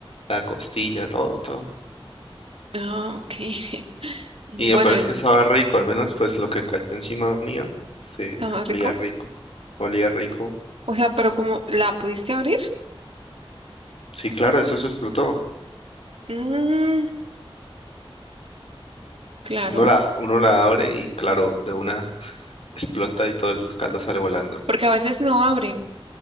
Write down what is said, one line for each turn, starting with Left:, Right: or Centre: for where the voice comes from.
Left: la costilla, todo, todo.
Right: Ah, ok. <laughs> Bueno,
Left: Y lo peor es que estaba rico, al menos pues lo que cayó encima mío, se
Right: estaba rico.
Left: olía rico, olía rico.
Right: O sea, pero como la pudiste abrir?
Left: Sí, claro, eso se explotó.
Right: Mm, claro.
Left: Uno la, uno la abre y claro, de una explota y todo el caldo sale volando.
Right: Porque a veces no abre.